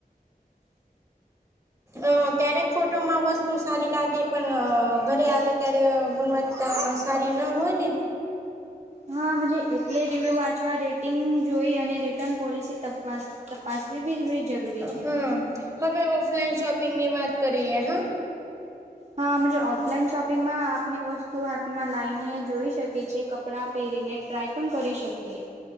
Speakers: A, on the right (about 20°); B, on the right (about 45°).
A: અ ક્યારેક ફોટોમાં વસ્તુ સારી લાગે પણ ઘરે આવે ત્યારે ગુણવત્તા પણ સારી ના હોય ને.
B: હા મજે એટલે રિવ્યૂ વાંચવા રેટિંગ જોઈ અને રિટર્ન પોલિસી તપાસ તપાસવી બી જરૂરી છે.
A: હ હવે ઓફલાઈન શોપિંગની વાત કરીએ હ
B: હા અમજ ઓફલાઈન શોપિંગમાં આપની વસ્તુ હાથમાં લાઈને જોઈ શકીએ છે કપડાં પેરીને ત ટ્રાય પણ કરી શકીએ.